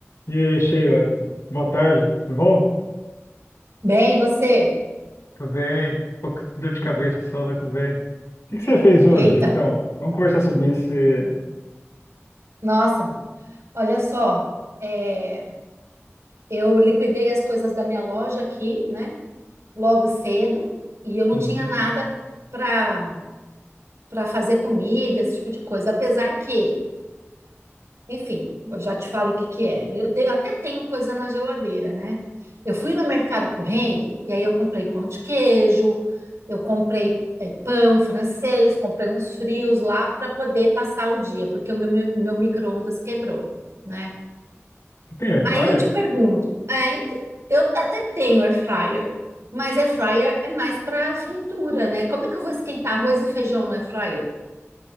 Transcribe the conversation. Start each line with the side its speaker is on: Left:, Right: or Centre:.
Left: E aí, Sheila, boa tarde, tudo bom?
Right: Bem, e você?
Left: Tô bem, tô com dor de cabeça só, mas tô bem. O que que você fez hoje,
Right: Eita,
Left: então? Vamos conversar sobre isso. e-
Right: nossa, olha só, é, eu liquidei as coisas da minha loja aqui, né, logo cedo, e eu não
Left: Hum,
Right: tinha nada para para fazer comida, esse tipo de coisa, apesar que Enfim, eu já te falo o que que é. Eu te- até tenho coisa na geladeira, né? Eu fui no mercado correndo e aí eu comprei pão de queijo, eu comprei eh, pão francês, comprei uns frios lá para poder passar o dia, porque o meu, meu, meu micro-ondas quebrou, né?
Left: você tem air
Right: Aí
Left: fryer?
Right: eu te pergunto, é, ent- eu até tenho air fryer, mas air fryer é mais para fritura, né? Como é que eu vou esquentar arroz e feijão no air fryer?